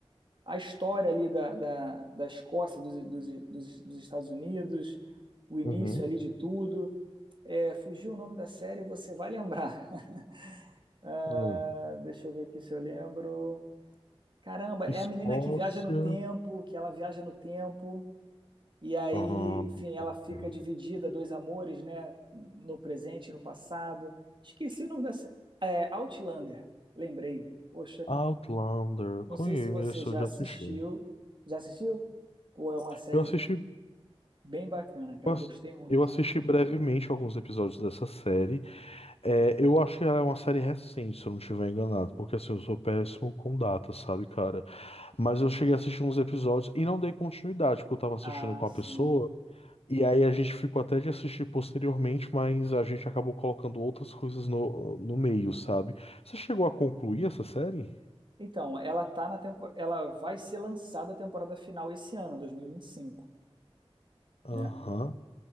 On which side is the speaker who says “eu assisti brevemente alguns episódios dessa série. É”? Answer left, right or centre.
Left